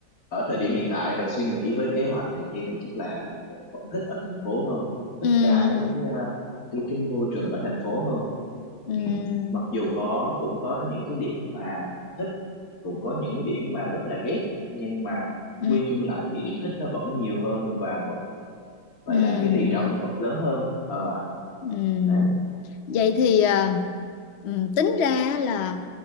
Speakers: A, on the left; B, on the left.
A: ở thời điểm hiện tại và suy nghĩ với kế hoạch này kia thì chắc là vẫn thích ở thành phố hơn thích
B: Ừm,
A: cái à, cái cái môi trường ở thành phố hơn
B: ừm,
A: ừ. mặc dù có cũng có những cái điểm mà thích cũng có những cái điểm mà rất là ghét nhưng mà
B: ừm,
A: quy chung lại thì điểm thích nó vẫn nhiều hơn và vẫn gọi
B: ừm.
A: là cái tỷ trọng nó vẫn lớn hơn ờ
B: Ừm,
A: đấy
B: Vậy thì à, ừm, tính ra là